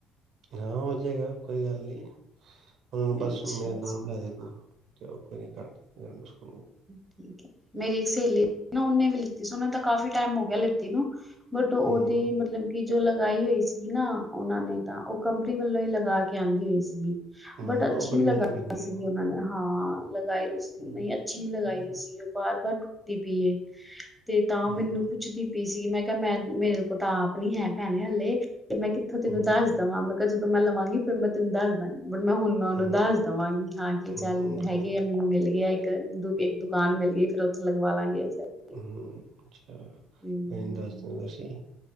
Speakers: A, on the right; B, in the centre.
A: ਹਾਂ ਹੋ ਜਾਏਗਾ ਕੋਈ ਗੱਲ ਨੀ। ਉਹਨਾਂ ਨੂੰ ਬਸ
B: ਅੱਛਾ,
A: ਮੇਰਾ
B: ਅੱਛਾ
A: ਨਾਮ ਲੈ ਦੇਨਾ। ਤੇ ਉਹ ਕੋਨੀ ਕਟ ਜਾ <unintelligible>
B: ਠੀਕ ਹੈ ਮੇਰੀ ਸਹੇਲੀ ਨਾ ਉਹਨੇ ਵੀ ਲਿੱਤੀ ਸੀ ਉਨਾ ਤਾਂ ਕਾਫ਼ੀ ਟਾਈਮ ਹੋ ਗਿਆ ਲਿੱਤੀ ਨੂੰ। ਬਟ ਉਹਦੀ
A: ਹੂੰ ਹੂੰ,
B: ਮਤਲਬ ਕਿ ਜੋ ਲਗਾਈ ਹੋਈ ਸੀਗੀ ਨਾ ਉਹਨਾਂ ਨੇ। ਤਾਂ ਉਹ ਕੰਪਨੀ ਵੱਲੋਂ ਹੀ ਲਗਾ ਕੇ ਆਉਂਦੀ ਹੋਈ। ਜ <unintelligible>
A: ਹੂੰ
B: ਬਟ ਅੱਛੀ
A: ਉਹ ਬੜੀ
B: ਲਗਾ
A: ਮਹਿੰਗੀ ਪੈਂਦੀ
B: ਸੀਗੀ
A: ਹੈ। ਹੂੰ,
B: ਉਹਨਾਂ ਨੇ ਹਾਂ ਲਗਾਏ ਦੀ ਸੀ
A: ਹੂੰ,
B: ਨਹੀਂ ਅ ਲਗਾਈ
A: ਹੂੰ,
B: ਦੀ ਸੀਗੀ ਉਹ ਬਾਰ ਬਾਰ ਟੁੱਟਦੀ ਪਈ ਤੇ ਤਾਂ ਉਹ ਮੈਨੂੰ
A: ਹੂੰ,
B: ਪੁੱਛਦੀ ਪਈ ਸੀਗੀ ਮੈਂ ਕਿਹਾ ਮੈਂ ਮੇਰੇ ਕੋਲ ਤਾ ਆਪ ਨਹੀ ਹੈ ਭੈਣੇ ਹਲੇ ਤੇ ਮੈਂ ਕਿੱਥੋਂ ਤੈਨੂੰ
A: ਹੂੰ,
B: ਦੱਸ ਦਵਾਂ ਮਤਲਬ ਕਿਹਾ ਜਦੋਂ ਮੈਂ ਲਵਾਂਗੀ ਫੇਰ ਮੈਂ ਤੈਨੂੰ ਦੱਸ ਦਾਵਾਂਗੀ ਮੈਂ ਹੁਣ ਮੈਂ ਉਹਨੂੰ
A: ਹੂੰ,
B: ਦੱਸ ਦੇਵਾਂਗੀ ਹਾਂ ਕੀ ਚੱਲ
A: ਹੂੰ
B: ਹੈਗੇ
A: ਕੋਈ ਨੀ
B: ਆ ਮੈਨੂੰ ਮਿਲ ਗਿਆ <unintelligible> ਇੱਕ ਦੁਕਾਨ ਮਿਲ ਗਈ ਫੇਰ ਉੱਥੇ ਲਗਵਾ ਲਾਂਗੇ। <unintelligible>
A: ਹੂੰ-ਹੂੰ ਅੱਛਾ,
B: ਹਮ,
A: ਨਹੀਂ ਦੱਸ ਦੇਨਾ ਤੁਸੀਂ,